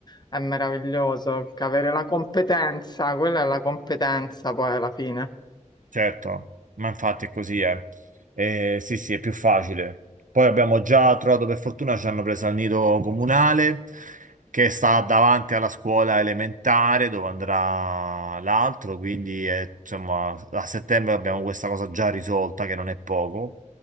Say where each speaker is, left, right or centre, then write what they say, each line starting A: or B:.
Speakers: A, on the left (about 30°); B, on the right (about 80°).
A: È meraviglioso che avere la competenza, quella è la competenza poi alla fine.
B: Certo, ma infatti è così, eh. Eh, sì, sì, è più facile. Poi abbiamo già trovato, per fortuna, ci hanno preso al nido comunale che sta davanti alla scuola elementare dove andrà l'altro, quindi eh, insomma a settembre abbiamo questa cosa già risolta che non è poco.